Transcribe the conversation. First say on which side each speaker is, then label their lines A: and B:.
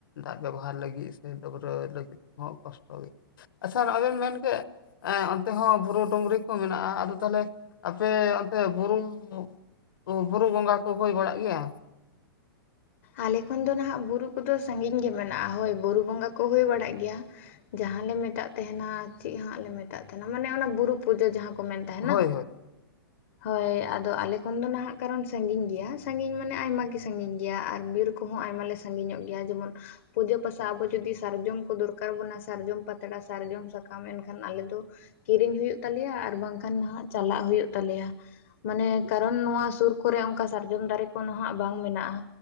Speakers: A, on the left (about 65°); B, on the left (about 35°).
A: ᱫᱟᱜ ᱵᱮᱵᱚᱦᱟᱨ ᱞᱟᱹᱜᱤᱫ ᱥᱮ ᱰᱟᱹᱵᱽᱨᱟᱹ ᱞᱟᱹᱜᱤᱫ ᱦᱚᱸ ᱠᱚᱥᱴᱚ ᱜᱮᱸ᱾ ᱟᱪᱪᱷᱟ ᱟᱵᱮᱱ ᱢᱮᱱ ᱠᱮᱫ ᱚᱱᱛᱮ ᱦᱚᱸ ᱵᱩᱨᱩ-ᱰᱩᱝᱨᱤ ᱠᱚ ᱢᱮᱱᱟᱜᱼᱟ? ᱟᱫᱚ ᱛᱟᱦᱚᱞᱮ ᱟᱯᱮ ᱚᱱᱛᱮ ᱵᱩᱨᱩ <unintelligible> ᱵᱩᱨᱩ ᱵᱚᱸᱜᱟ ᱠᱚ ᱦᱩᱭ ᱵᱟᱲᱟᱜ ᱜᱮᱭᱟ?
B: ᱟᱞᱮ ᱠᱷᱚᱱ ᱫᱚ ᱱᱟᱦᱟᱜ ᱵᱩᱨᱩ ᱠᱚᱫᱚ ᱥᱟᱹᱜᱤᱧ ᱜᱮ ᱢᱮᱱᱟᱜᱼᱟ ᱦᱳᱭ ᱵᱩᱨᱩ ᱵᱚᱸᱜᱟ ᱠᱚ ᱦᱩᱭ ᱵᱟᱲᱟᱜ ᱜᱮᱭᱟ᱾ ᱡᱟᱦᱟᱸ ᱞᱮ ᱢᱮᱛᱟᱜ ᱛᱟᱦᱮᱱᱟ ᱪᱮᱫ ᱦᱟᱸᱜ ᱞᱮ ᱢᱮᱛᱟᱜ ᱛᱟᱦᱮᱱᱟ ᱢᱟᱱᱮ ᱚᱱᱟ ᱵᱩᱨᱩ ᱯᱩᱡᱟᱹ ᱡᱟᱦᱟᱸ ᱠᱚ ᱢᱮᱱ ᱛᱟᱦᱮᱱᱟ
A: ᱦᱳᱭ ᱦᱳᱭ
B: ᱦᱳᱭ ᱟᱫᱚ ᱟᱞᱮ ᱠᱷᱚᱱ ᱫᱚ ᱱᱟᱦᱟᱜ ᱠᱟᱨᱚᱱ ᱥᱟᱺᱜᱤᱧ ᱜᱮᱭᱟ᱾ ᱥᱟᱺᱜᱤᱧ ᱢᱟᱱᱮ ᱟᱭᱢᱟ ᱜᱮ ᱥᱟᱺᱜᱤᱧ ᱜᱮᱭᱟ ᱜᱮᱭᱟ ᱟᱨ ᱵᱤᱨ ᱠᱚᱦᱚᱸ ᱟᱭᱢᱟ ᱞᱮ ᱥᱟᱹᱜᱤᱧᱚᱜ ᱜᱮᱭᱟ ᱡᱮᱢᱚᱱ ᱯᱩᱡᱟᱹ ᱯᱟᱥᱟ ᱟᱵᱚ ᱡᱩᱫᱤ ᱥᱟᱨᱡᱚᱢ ᱠᱚ ᱫᱚᱨᱠᱟᱨ ᱵᱚᱱᱟ ᱥᱟᱨᱡᱚᱢ ᱯᱟᱛᱲᱟ ᱥᱟᱨᱡᱚᱢ ᱥᱟᱠᱟᱢ ᱮᱱᱠᱷᱟᱱ ᱟᱞᱮ ᱫᱚ ᱠᱤᱨᱤᱧ ᱦᱩᱭᱩᱜ ᱛᱟᱞᱮᱭᱟ ᱟᱨ ᱵᱟᱝᱠᱷᱟᱱ ᱦᱟ‍ᱸᱜ ᱪᱟᱞᱟᱜ ᱦᱩᱭᱩᱜ ᱛᱟᱞᱮᱭᱟ᱾ ᱢᱟᱱᱮ ᱠᱟᱨᱚᱱ ᱱᱚᱣᱟ ᱥᱩᱨ ᱠᱚᱨᱮ ᱚᱱᱠᱟ ᱥᱟᱨᱡᱚᱢ ᱫᱟᱨᱮ ᱠᱚ ᱱᱚᱦᱟᱜ ᱵᱟᱝ ᱢᱮᱱᱟᱜᱼᱟ᱾